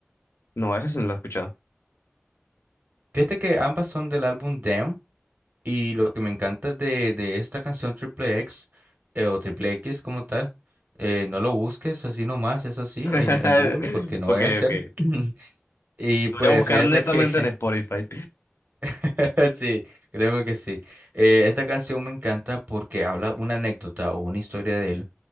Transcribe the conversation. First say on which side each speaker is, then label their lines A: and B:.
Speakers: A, on the left; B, on the right.
A: No, esa sí no la he escuchado.
B: Fíjate que ambas son del álbum Damn. Y lo que me encanta de, de esta canción Triple X eh, o Triple X como tal, eh, no lo busques así nomás, es así
A: <laughs>
B: en, en Google porque no
A: Ok,
B: vaya a ser.
A: ok.
B: <laughs> Y pues
A: Lo Voy a buscar
B: fíjate
A: netamente
B: que
A: en Spotify.
B: <laughs> sí, créeme que sí. Eh, esta canción me encanta porque habla una anécdota o una historia de él